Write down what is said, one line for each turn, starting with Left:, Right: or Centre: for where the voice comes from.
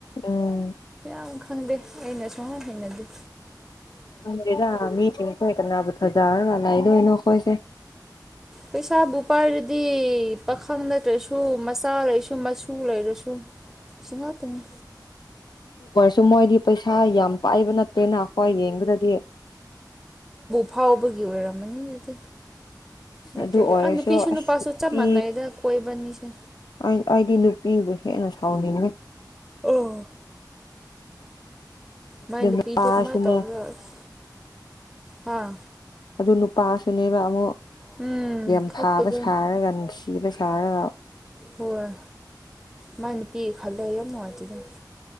Left: ꯎꯝ
Centre: ꯌꯥꯝ ꯈꯪꯗꯦ ꯑꯩꯅ ꯁꯨꯡꯍꯟ ꯍꯅꯗꯤꯦ
Left: ꯪꯗꯦꯗ ꯃꯤ ꯆꯤꯡ ꯊ ꯀꯅꯥꯕꯨ ꯊꯖꯥꯔ ꯂꯏ ꯂꯣꯏꯅꯣꯈꯣꯏꯁꯦ
Centre: ꯄꯩꯁꯥꯕꯨ ꯄꯥꯏꯔꯗꯤ ꯄꯥꯈꯪ ꯂꯩꯠꯇ꯭ꯔꯁꯨ ꯃꯆꯥ ꯂꯩꯔꯁꯨ ꯃꯆꯁꯨ ꯂꯩꯔꯁꯨ ꯁꯉ ꯇꯅꯤ
Left: ꯁꯨꯝ ꯃꯣꯏꯗꯤ ꯄꯩꯁꯥ ꯌꯥꯝ ꯄꯥꯏꯕ ꯅꯠꯇꯦꯅ ꯑꯩꯈꯣꯏ ꯌꯦꯡꯕꯗꯗꯤ
Centre: ꯑ ꯐꯥꯎꯕꯒꯤ ꯑꯣꯏꯔꯝꯃꯅꯤ ꯑꯗꯨꯗꯤ ꯅꯠꯇ꯭ꯔꯒ
Left: ꯑꯗꯨ ꯑꯣꯏꯔꯁꯨ
Centre: ꯑ ꯅꯨꯄꯤꯁꯨ
Left: ꯑꯁ
Centre: ꯅꯨꯄꯥꯁꯨ
Left: ꯅꯨꯄꯤ
Centre: ꯆꯞ ꯃꯥꯟꯅꯩꯗ ꯀꯣꯏꯕꯅꯤꯁꯦ
Left: ꯑꯩꯗꯤ ꯅꯨꯄꯤꯕꯨ ꯍꯦꯟꯅ ꯁꯥꯎꯅꯤꯡꯉꯦ
Centre: ꯑꯣ ꯃꯥꯏ
Left: ꯑꯗꯨ
Centre: ꯅꯨꯄꯤꯗꯨ
Left: ꯅꯨꯄꯥꯁꯨꯅꯦ
Centre: ꯀꯃꯥꯏꯅ ꯇꯧꯒꯔꯁ ꯍꯥꯥ
Left: ꯑꯗꯨ ꯅꯨꯄꯥꯁꯨꯅꯦꯕ ꯑꯃꯨꯛ
Centre: ꯎꯝ
Left: ꯌꯥꯝꯊꯥꯕ
Centre: ꯈꯠꯄꯗꯣ
Left: ꯁꯥꯔꯒ ꯅꯨꯡꯁꯤꯕ ꯁꯥꯔꯒ
Centre: ꯍꯣꯏ ꯃꯥ ꯅꯨ ꯄꯤꯒꯦ ꯈꯜꯂ ꯌꯥꯝ ꯅꯨꯡꯉꯥꯏꯇꯦꯗ